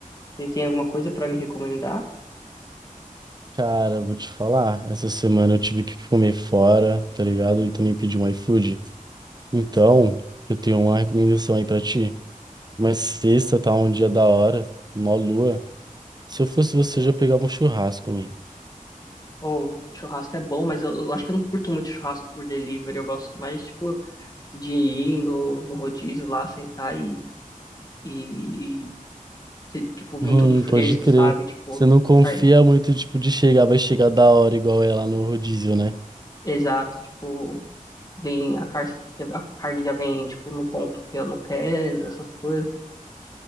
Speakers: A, on the left; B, on the right.
A: Você tem alguma coisa pra me recomendar?
B: Cara, eu vou te falar, essa semana eu tive que comer fora, tá ligado? E também pedi um iFood. Então, eu tenho uma recomendação aí pra ti. Mas sexta tá um dia da hora, mó lua. Se eu fosse você, eu já pegava um churrasco, man.
A: Ou churrasco é bom, mas eu, eu acho que eu não curto muito churrasco por delivery. Eu gosto mais, tipo, de ir no, no rodízio lá, sentar e, e, se- tipo, vir
B: Hum,
A: tudo fresco,
B: pode crer.
A: sabe? Tipo,
B: Você não confia
A: car-
B: muito, tipo, de chegar, vai chegar da hora igual é lá no rodízio, né?
A: exato, tipo, Vem a carne, a carne já vem, tipo, no ponto que eu não quero, essas coisas.